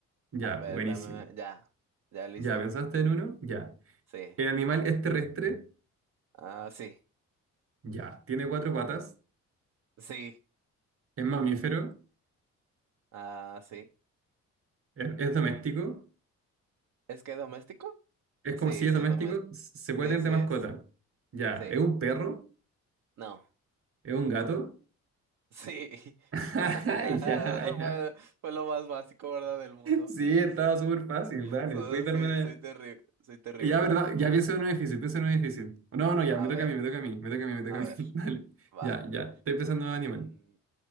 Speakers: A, on the right; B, on the right.
A: Ya,
B: A ver,
A: buenísimo.
B: dame, ya, ya listo.
A: Ya, ¿pensaste en uno? Ya.
B: Sí.
A: ¿El animal es terrestre?
B: Ah, sí,
A: Ya. ¿Tiene cuatro patas?
B: sí,
A: ¿Es mamífero?
B: ah, sí.
A: Es, es doméstico.
B: ¿Es que doméstico?
A: Es
B: Sí,
A: como si es
B: sí
A: doméstico.
B: es doméstico.
A: s- Se puede
B: Sí,
A: tener
B: sí
A: de mascota.
B: es.
A: Ya.
B: Sí.
A: ¿Es un perro?
B: No.
A: ¿Es un gato?
B: Sí.
A: <laughs>
B: <laughs>
A: Ay,
B: Fue,
A: Ya, ya.
B: fue lo más básico, ¿verdad? Del mundo.
A: Sí, estaba súper fácil. Dale.
B: Soy,
A: Puedes darme
B: soy,
A: una.
B: soy terrible, soy terrible.
A: Ya, ¿verdad? Ya pienso en un difícil. Pienso en un difícil. No, no, ya. Me
B: A
A: toca
B: ver,
A: a mí, me toca a mí. Me toca a mí, me toca
B: a
A: a mí.
B: ver,
A: <laughs> Dale.
B: va.
A: Ya, ya. Estoy pensando en animal.
B: Mm,